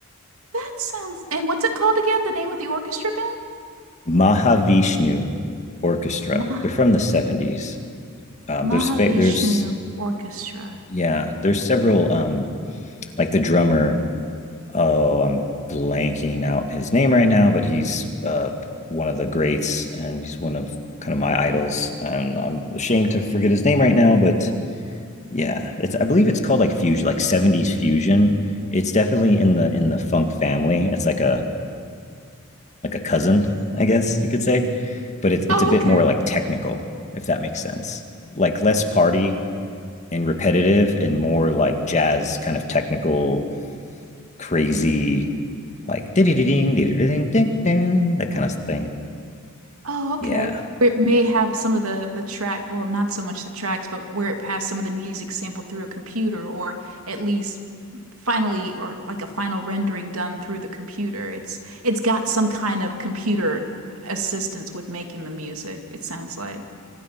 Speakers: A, on the right; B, on the left.
A: That sounds, and what's it called again? The name of the orchestra band?
B: Mahavishnu Orchestra.
A: Mah
B: They're from the 70s. Um,
A: Mahavishnu
B: there's fa- there's
A: Orchestra.
B: yeah, there's several um like the drummer, oh, I'm blanking out his name right now, but he's uh one of the greats and he's one of kind of my idols. And I'm ashamed to forget his name right now, but yeah, it's I believe it's called like fusion, like 70s fusion. It's definitely in the in the funk family. It's like a like a cousin, I guess you could say. but it's it's
A: Oh,
B: a bit
A: okay.
B: more like technical, if that makes sense. Like less party and repetitive and more like jazz kind of technical, crazy, like ding ding ding ding ding that kind of thing.
A: Oh, okay.
B: Yeah.
A: Where it may have some of the the track, well, not so much the tracks, but where it has some of the music sampled through a computer, or at least finally, or like a final rendering done through the computer. It's it's got some kind of computer assistance with making the music, it sounds like.